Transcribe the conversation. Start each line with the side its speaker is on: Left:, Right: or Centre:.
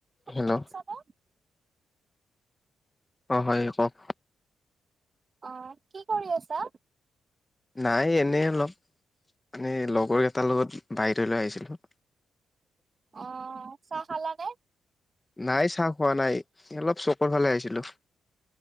Right: শুনা
Left: হেল্ল'?
Right: পাইছানে?
Left: অ'! হয়, কওঁক?
Right: অ'! কি কৰি আছা?
Left: নাই, এনেই অলপ। মানে, লগৰকেইটাৰ লগত বাহিৰত ওলাই আহিছিলোঁ।
Right: অ'! চাহ খালানে?
Left: নাই, চাহ খোৱা নাই। এ, অলপ চপৰ ফালে আহিছিলোঁ।